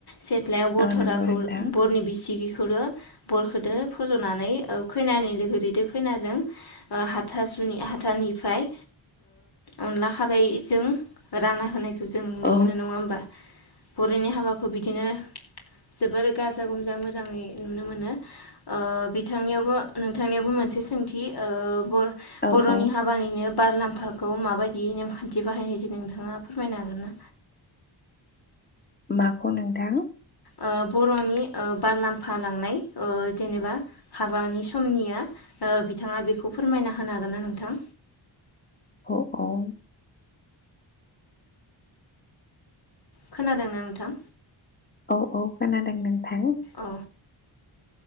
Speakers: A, on the left; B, on the left.
A: सेथ्लायाव बरथ'राखौ
B: औ नंगौ नोंथां
A: बरनि बिसि ग बरखोदो फज'नानै औ खैनानि लोगो दैदो खैनाजों हाथासुनि हाथानिफ्राय अनला खारैजों राना होनाय जों नुनो
B: औ
A: मोनो नङा होमबा बरनि हाबाखौ बिदिनो जोबोर गाजा गोमजा मोजाङै नुनो मोनो बिथां नोंथांनि मोन मोनसे सोंथि ओ बर
B: औ
A: बर'नि
B: औ
A: हाबानिनो बार लाम्फाखौ माबायदि नेमखान्थि बाहायनाय जायो नोंथाङा फोरमायनो हागोन ना
B: माखौ नोंथां
A: ओ बर'नि बार लामफा लांनाय जेनेबा हाबानि समनिया बिथाङा बेखौ फोरमायना होनो हागोन ना नोंथां
B: अ आं
A: खोनादोंना नोंथां
B: औ औ खोनादों नों थां
A: औ